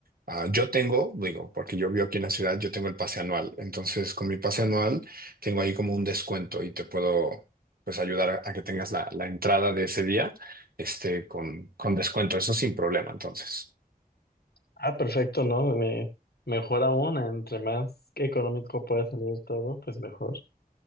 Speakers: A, on the right; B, on the left.
A: ah, yo tengo, digo, porque yo vivo aquí en la ciudad, yo tengo el pase anual. Entonces, con mi pase anual tengo ahí como un descuento y te puedo pues ayudar a, a que tengas la, la entrada de ese día este, con, con descuento. Eso sin problema, entonces.
B: Ah, perfecto, ¿no? Me, mejor aún, entre más económico pueda salir todo, pues mejor.